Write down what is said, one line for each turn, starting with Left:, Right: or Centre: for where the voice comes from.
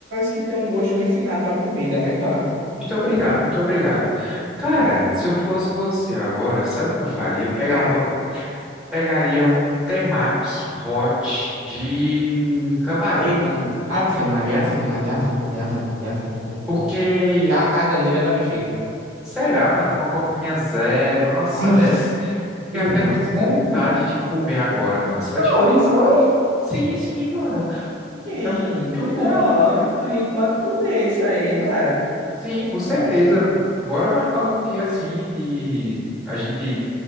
Right: que tem um gosto refinado pra comida, né, cara?
Centre: muito obrigado, muito obrigado. Cara, se eu fosse você agora, sabe o que eu faria?
Right: De
Centre: Pegava,
Right: nada.
Centre: pegaria um temaki hot de camarão.
Right: Limão. Ave Maria, Ave Maria, Ave Maria, Ave Maria, Ave Maria.
Centre: Porque
Right: Dá uma caganeira da bexiga.
Centre: Será, mano? Com a coquinha zero. Nossa,
Right: Ave,
Centre: desce. Fiquei
Right: minha
Centre: até
Right: nossa.
Centre: com vontade de comer agora, mano. Só de
Right: Ah,
Centre: falar.
Right: e foi?
Centre: Sim, sim, mano.
Right: Hum,
Centre: É muito
Right: que
Centre: bom.
Right: da hora. Então a gente pode comer isso aí, hein, cara?
Centre: Sim, com
Right: Eu
Centre: certeza.
Right: acho. hein?
Centre: Bora marcar algum dia assim de a gente